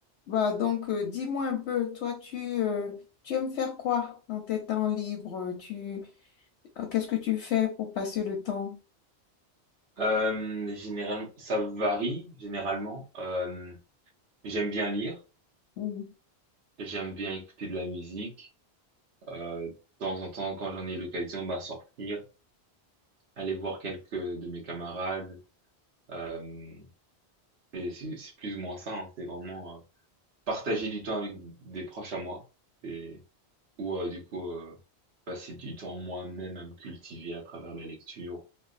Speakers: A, on the left; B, on the right.
A: Bah, donc, euh, dis-moi un peu, toi, tu, euh, tu aimes faire quoi dans tes temps libres? Tu, euh, qu'est-ce que tu fais pour passer le temps?
B: Euh, général- ça varie généralement. Euh, j'aime bien lire,
A: Mm.
B: j'aime bien écouter de la musique. Euh, de temps en temps, quand j'en ai l'occasion, bah, sortir, aller voir quelques de mes camarades. Euh, et c'est c'est plus ou moins ça. hein. C'est vraiment euh, partager du temps avec des proches à moi. Et, ou euh, du coup, euh, passer du temps moi-même à me cultiver à travers la lecture